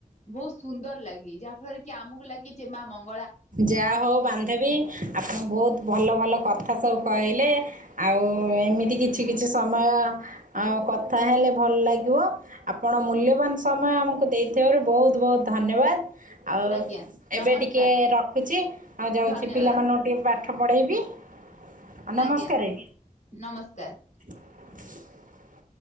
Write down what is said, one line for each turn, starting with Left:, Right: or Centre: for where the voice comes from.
Left: ବହୁତ ସୁନ୍ଦର ଲାଗେ ଯାହା ଫଳରେ କି ଆମକୁ ଲାଗେ ଯେ ମା ମଙ୍ଗ
Right: ଯାହା ହଉ ବାନ୍ଧବି ଆପଣ ବହୁତ ଭଲ ଭଲ କଥା ସବୁ କହିଲେ । ଆଉ ଏମିତି କିଛି କିଛି ସମୟ ଆଉ କଥା ହେଲେ ଭଲ ଲାଗିବ ଆପଣ ମୂଲ୍ୟବାନ୍ ସମୟ ଆମକୁ ଦେଇଥିବାରୁ ବହୁତ-ବହୁତ ଧ ଧନ୍ୟବାଦ ଆଉ
Left: ଆଜ୍ଞା ନମସ୍କାର
Right: ଏବେ ଟିକେ ର ଖୁଛି ଆଉ ଯାଉଛି
Left: ଧନ୍ୟବାଦ
Right: ପିଲାମାନଙ୍କୁ ଟିକେ ପାଠ ପଢ଼େଇବି। ଆଉ ନମସ୍କାର
Left: ଆଜ୍ଞା ନମସ୍କାର।
Right: <inaudible>